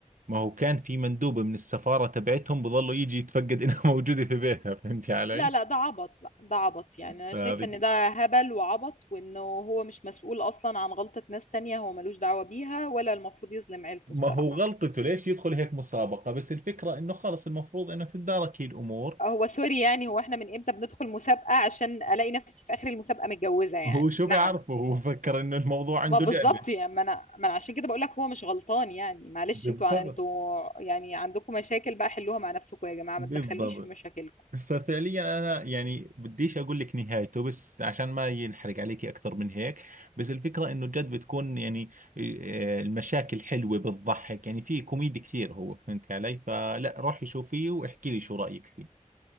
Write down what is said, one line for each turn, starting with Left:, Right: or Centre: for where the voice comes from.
Right: ما هو كان في مندوب من السفارة تبعتهم بظلوا يجي يتفقد انها <laughs> موجودة في بيتها فهمتي علي
Left: لا لا ده عبط بقى ده عبط يعني انا
Right: فهذه
Left: شايفة ان ده هبل وعبط وانه هو مش مسؤول اصلا عن غلطة ناس تانية هو ملوش دعوة بيها ولا المفروض يظلم عيلته
Right: ما
Left: الصراحة
Right: هو غلطته ليش يدخل هيك مسابقة بس الفكرة انه خلص المفروض انه تتدارك هي الامور
Left: هو سوري يعني هو احنا من امتى بندخل مسابقة عشان الاقي نفسي في اخر المسابقة متجوزة يعني
Right: هو شو
Left: نعم
Right: بيعرفه هو فكر انه الموضوع عنده
Left: ما بالظبط
Right: لعبة
Left: يعني ما انا ما انا عشان كده بقول لك هو مش غلطان يعني معلش
Right: بالضبط
Left: انتوا ع- انتوا يعني عندكم مشاكل بقى حلوها مع نفسكم يا جماعه
Right: بالضبط
Left: ما تدخلنيش في مشاكلكم
Right: ففعليا انا يعني بديش اقول لك نهايته بس عشان ما ينحرق عليكي اكثر من هيك بس الفكره انه جد بتكون يعني آه، المشاكل حلوه بتضحك يعني في كوميدي كثير هو فهمت علي فلا روحي شوفيه واحكي لي شو رايك فيه